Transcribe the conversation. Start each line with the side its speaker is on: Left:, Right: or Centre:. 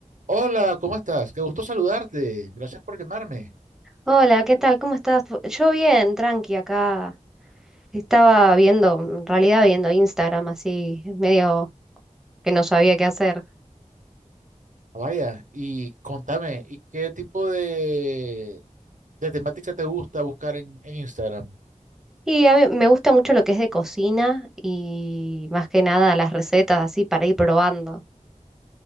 Right: Hola, ¿cómo estás? Qué gusto saludarte. Gracias por llamarme.
Centre: Hola, ¿qué tal? ¿Cómo estás? Yo bien, tranqui acá. Estaba viendo, en realidad viendo Instagram así, medio que no sabía qué hacer.
Right: Vaya, y contame, ¿y qué tipo de, de temática te gusta buscar en, en Instagram?
Centre: Y a mí me gusta mucho lo que es de cocina y más que nada las recetas así para ir probando.